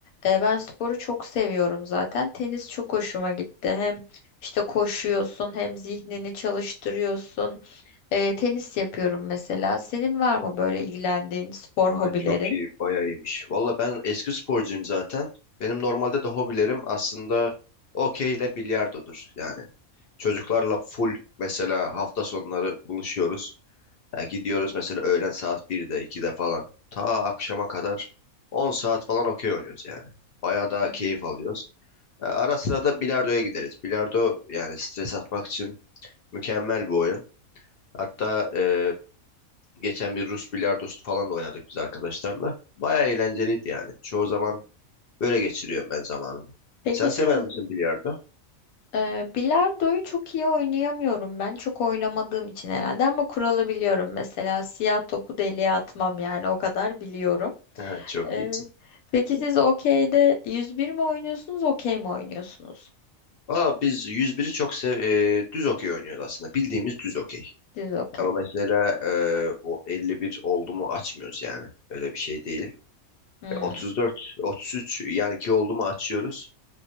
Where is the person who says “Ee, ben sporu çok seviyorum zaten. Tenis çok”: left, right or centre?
Left